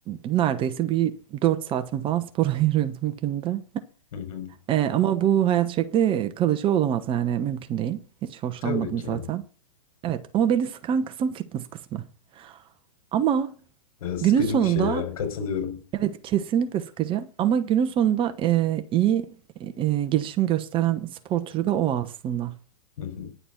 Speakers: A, on the right; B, on the left.
A: neredeyse bir 4 saatim falan spora <laughs> ayırıyordum günde.
B: hı hı.
A: Ee, ama bu hayat şekli kalıcı olamaz yani mümkün değil. Hiç hoşlanmadım
B: Tabii ki.
A: zaten. Evet ama beni sıkan kısım fitness kısmı. Ama
B: Ee, Sıkıcı
A: günün sonunda
B: bir şey ya. Katılıyorum.
A: Evet kesinlikle sıkıcı ama günün sonunda e, iyi e, gelişim gösteren spor türü de o aslında.
B: Hı hı.